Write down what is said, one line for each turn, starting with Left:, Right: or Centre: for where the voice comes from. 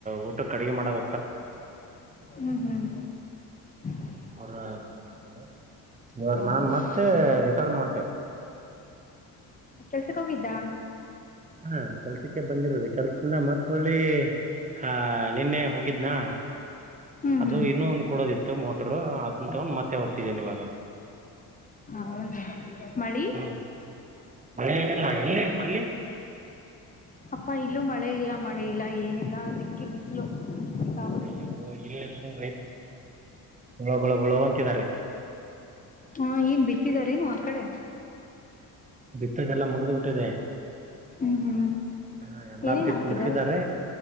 Right: ಊಟಕ್ಕ್ ಅಡಿಗಿ ಮಾಡಕ
Left: ಹ್ಮ್ ಹ್ಮ್ <inaudible>
Right: ಅವರು ಮಾಡ್ತಾರೆ ಇವಾಗ
Left: ಹೌದು
Right: ನಾನು ಮತ್ತೆ ರಿಟರ್ನ್ ಹೊಂಟೆ
Left: ಕೆಲ್ಸಕ್ ಹೋಗಿದ್ದಾ
Right: ಹ್ಮ್ ಕೆಲ್ಸಕ್ಕೆ ಬಂದಿರೋದು ಈಗ್ ಕೆಲ್ಸದಿಂದ ಮತ್ಹೊಳ್ಳಿ ಆಹ ನಿನ್ನೆ ಹೋಗಿದ್ನಾ
Left: ಹ್ಮ್
Right: ಅದು
Left: ಹ್ಮ್
Right: ಇನ್ನೊಂದು ಕೊಡೋದಿತ್ತು ಮೋಟರು ಅದನ್ ತಗೊಂಡ್ ಮತ್ತೆ ಹೋಗ್ತಿದೀನ್ ಇವಾಗ
Left: ಹೌದ ಮಳಿ
Right: ಹ್ಮ್ ಮಳೆ ಏನಿಲ್ಲ ಎಲ್ಲಿ ಅಲ್ಲಿ
Left: ಅಪ್ಪ ಈ ಇಲ್ಲೂ ಮಳೆ ಇಲ್ಲ ಮಳೆ ಇಲ್ಲ ಏನಿಲ್ಲ ದಿಕ್ಕಿ ಬಿಸಿಲು ಸಿಕ್ಕಾಪಟ್ಟೆ
Right: ಅಯ್ಯೋ ಇಲ್ ಅಂದ್ರು ರೈ ಗೊಳೋ ಗೊಳೋ ಗೊಳೋ ಅಂತಿದಾರೀ
Left: ಹಾ ಏನ್ ಬಿತ್ತಿದಾರೇನು ಆ ಕಡೆ
Right: ದ್ದೆಲ್ಲ ಮುಗ್ದ್ ಬಿಟ್ಟಿದೆ.
Left: ಹ್ಮ್ ಹ್ಮ್
Right: ಹಾ ಎಲ್ಲಾ
Left: ಏನೇನ್
Right: ಬಿತ್ತ್
Left: ಹಾಕಿದ್ದಾರೆ
Right: ಮುಗ್ಸಿದ್ದಾರೆ